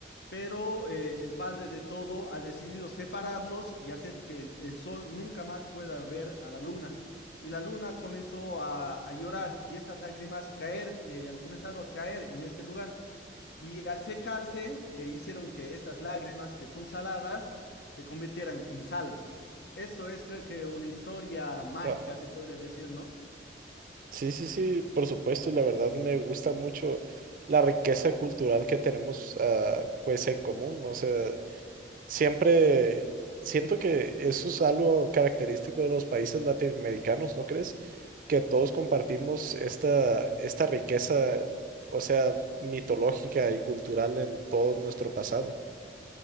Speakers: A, on the left (about 60°); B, on the right (about 45°).
A: pero eh, el Padre de todo ha decidido separarlos y hacer que el sol nunca más pueda ver a la luna. Y la luna comenzó a, a llorar y estas lágrimas caer, eh, han comenzado a caer en este lugar. Y al secarse, eh, hicieron que estas lágrimas, que son saladas, se convirtieran en sal. Esto es, creo que, una historia mágica,
B: Wow.
A: se podría decir, ¿no?
B: Sí, sí, sí, por supuesto, la verdad me gusta mucho la riqueza cultural que tenemos ah, pues en común, o sea, siempre siento que eso es algo característico de los países latinoamericanos, ¿no crees? Que todos compartimos esta, esta riqueza, o sea, mitológica y cultural en todo nuestro pasado.